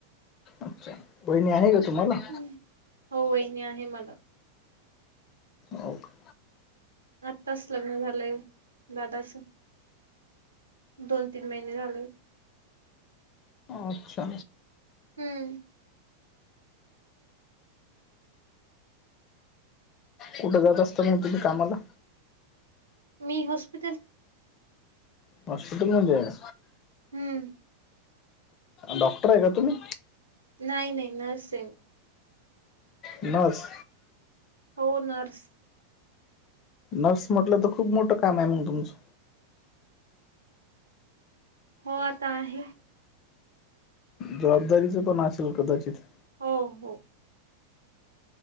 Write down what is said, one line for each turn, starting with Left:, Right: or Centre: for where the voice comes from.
Left: अच्छा बहिणी आहे का तुम्हाला?
Right: हं. हो वहिनी आहे मला.
Left: हो का
Right: आताच लग्न झालंय दादाचं. दोन तीन महिने झाल
Left: अच्छा
Right: हं.
Left: कुठं जात असता मग तुम्ही कामाला?
Right: मी हॉस्पिटल
Left: हॉस्पिटलमध्ये आहे.
Right: हम्म.
Left: डॉक्टर आहे का तुम्ही?
Right: नाही नाही नर्स आहे
Left: नर्स
Right: हो नर्स
Left: नर्स म्हटलं तर खूप मोठं काम आहे मग तुमचं.
Right: हो आता आहे.
Left: जबाबदारीचं पण असेल कदाचित.
Right: हो. हो.